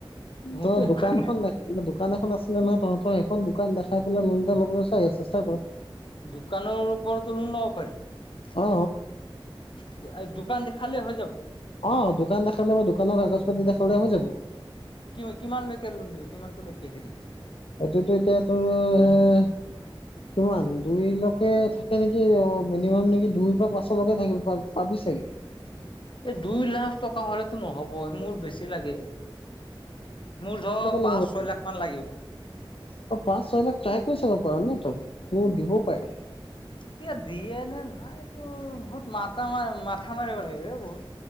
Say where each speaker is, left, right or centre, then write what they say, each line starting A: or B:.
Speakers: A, on the left (about 60°); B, on the left (about 80°).
A: মোৰতো
B: ত
A: একো
B: দোকানখন
A: নাই
B: দে <inaudible> দোকান এখন আছিলে নহয় তহঁতৰ, এখন দোকান দেখাই পেলাই লোন এটা ল'বলে চাই চেষ্টা কৰ।
A: দোকানৰ ওপৰতো লোন লব পাৰি। <unintelligible>
B: অ
A: দোকান দেখালে হৈ যাব।
B: অ', দোকান দেখালে বা দোকানৰ কাগজ পাতি দেখালে হৈ যাব।
A: কিমান-কিমানলৈকে লোন দিব, কিমানটো লৈকে হেৰি
B: এইটোতো এতিয়া তোৰ এ কিমান দুইলৈকে থাকে নেকি অ, মিনিমাম নেকি দুই পৰা পাঁচলৈকে থাকিব পাব পাবি চাগে।
A: এই দুই লাখ টকা হ'লেতো নহ'ব, মোৰ বেছি লাগে। মোৰ ধৰ
B: লৈকে
A: পাঁচ
B: লব পাৰিবি,
A: ছয় লাখ মান লাগিব।
B: অ, পাঁচ, ছয় লাখ ট্ৰাই কৰি চাব পাৰা ন' তই। তোৰ দিবও পাৰে।
A: এতিয়া দিয়ে নে নাই ত' বহুত মাতা মাথা মাৰিব লাগিব হে বহুত।